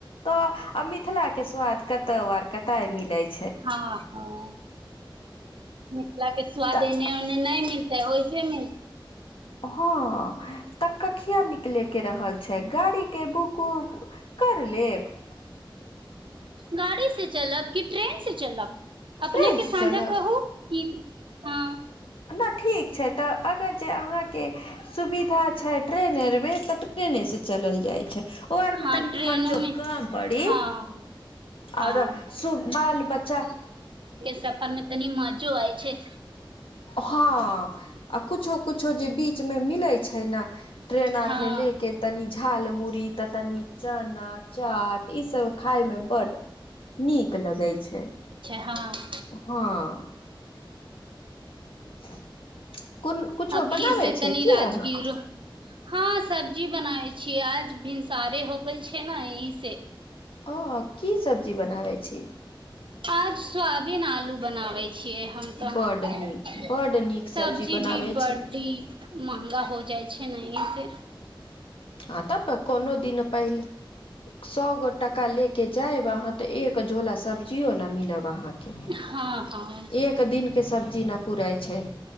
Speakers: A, on the left (about 85°); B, on the right (about 70°).
A: तऽ आ मिथिला के स्वाद कतौ आर कत मिले छै।
B: हँ। ह मिथिला के स्वाद
A: तऽ
B: एने ओने नहि मिलतै ओहिसे मिलतै।
A: हँ तऽ कखिया निकलेके रहल छै गाड़ी के बुक उक कर लेब।
B: गाड़ी से चलब कि ट्रेन से चलब। अपने
A: ट्रेन
B: के
A: से
B: सााँझा
A: चलब
B: कहू क हँ।
A: न ठीक छै तऽ अगर जे अहाँके सुविधा छै ट्रेन आरमे तऽ। केने से चलल जाइ छै ओ आरमे
B: हँ
A: तनि
B: ट्रेनो
A: खर्चो
B: मे
A: कम पड़ी
B: हँ हँ
A: आओरो सु बाल बच्चा।
B: सफरमें तनी मजो आय छै।
A: हँ आ किुछ किुछो जे। बीच में मिले छै ने ट्रेन आर
B: हँ
A: में ले के तनी झाल मूड़ी। त त नीचा नथ। चाट ई सब खाय में बड्ड नीक लगे छै।
B: हां।
A: हां। <unintelligible> कोन कुछो
B: आ
A: बनाबै
B: फिर से
A: छै
B: तनी
A: की
B: राजगीर
A: अहाँ?
B: हँ सब्जी बनाबै छियै आज भिनसारे हो गेल छै ने यही से।
A: ओ की सब्जी बनाबै छी।
B: आज स्वाबीन आलू बनाबै। छियै हम त,
A: बड नीक बड नीक
B: सब्जी
A: बनाबै
B: भी बडी
A: छी
B: महंगा हो जाइ छी नि नीके।
A: आब। तब त कोनो दिन पानि, सब टका ले के जायब अहाँ त एक झोला सब्जी जियो न मिलब अहाँके,
B: हँ हँ
A: एक दिन के सब्जी न पुरै छै